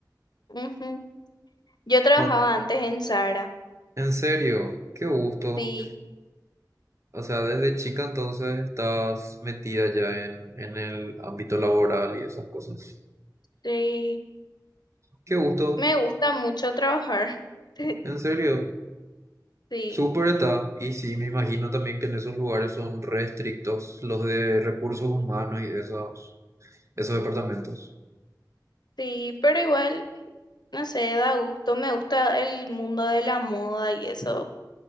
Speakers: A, on the left; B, on the right.
A: Ujú. Yo trabajaba
B: No,
A: antes en Zara,
B: en serio, qué gusto.
A: sí,
B: O sea, desde chica entonces estás metida ya en, en el ámbito laboral y esas cosas.
A: sí.
B: Qué gusto,
A: Me gusta mucho trabajar, <laughs>
B: en serio.
A: sí,
B: Súper está, y sí, me imagino también que en esos lugares son restrictos los de recursos humanos y esos, esos departamentos.
A: sí, pero igual, no sé, da gusto, me gusta el mundo de la moda y eso.